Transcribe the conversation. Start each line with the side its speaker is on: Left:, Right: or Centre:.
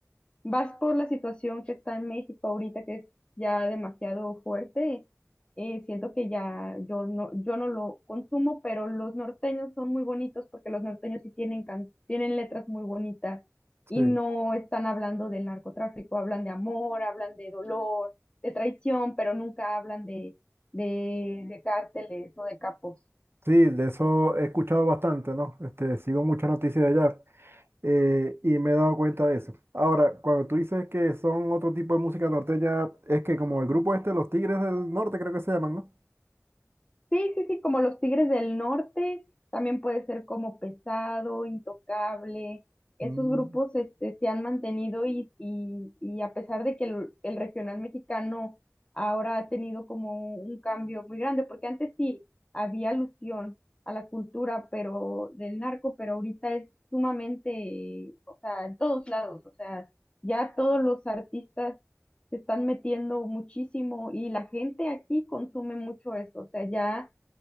Left: vas por la situación que está en México ahorita, que es ya demasiado fuerte. eh, siento que ya yo no, yo no lo consumo, pero los norteños son muy bonitos porque los norteños sí tienen, can- tienen letras muy bonitas y
Right: Sí.
Left: no están hablando del narcotráfico, hablan de amor, hablan de dolor, de traición, pero nunca hablan de, de, de cárteles o de capos.
Right: Sí, de eso he escuchado bastante, ¿no? Este, sigo muchas noticias de allá. eh, y me he dado cuenta de eso. Ahora, cuando tú dices que son otro tipo de música norteña, es que como el grupo este, Los Tigres del Norte, creo que se llaman, ¿no?
Left: Sí, sí, sí, como los Tigres del Norte, también puede ser como Pesado, Intocable. Esos
Right: Mm,
Left: grupos este, se han mantenido y, y, y a pesar de que el, el regional mexicano ahora ha tenido como un cambio muy grande, porque antes sí había alusión a la cultura pero del narco, pero ahorita es sumamente, o sea, en todos lados, o sea, ya todos los artistas se están metiendo muchísimo y la gente aquí consume mucho eso, o sea, ya